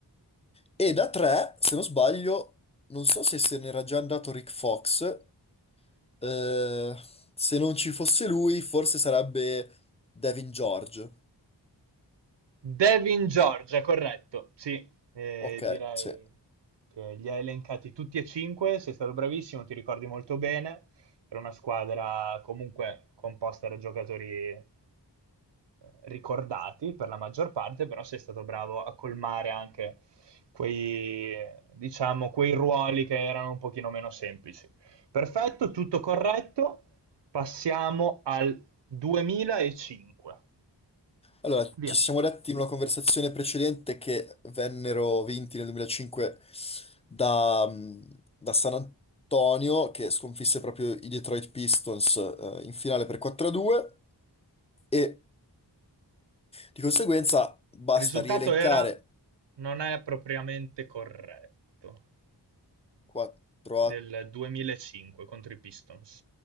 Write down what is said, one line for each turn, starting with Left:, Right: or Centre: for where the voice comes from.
Left: E da 3, se non sbaglio, non so se se n'era già andato Rick Fox, eh, se non ci fosse lui forse sarebbe Devin George.
Right: Devin Georgia, corretto. Sì, eh,
Left: Ok,
Right: direi
Left: sì.
Right: che li hai elencati tutti e cinque, sei stato bravissimo, ti ricordi molto bene. Era una squadra comunque composta da giocatori eh, ricordati per la maggior parte, però sei stato bravo a colmare anche quei, diciamo, quei ruoli che erano un pochino meno semplici. Perfetto, tutto corretto. Passiamo al 2005.
Left: Allora,
Right: Via.
Left: ci siamo detti in una conversazione precedente che vennero vinti nel 2005 da, mh, da San Antonio, che sconfisse proprio i Detroit Pistons, eh, in finale per 4-2 e di conseguenza basta
Right: Il risultato
Left: rielencare
Right: era, non è propriamente corretto,
Left: 4
Right: del 2005 contro i Pistons.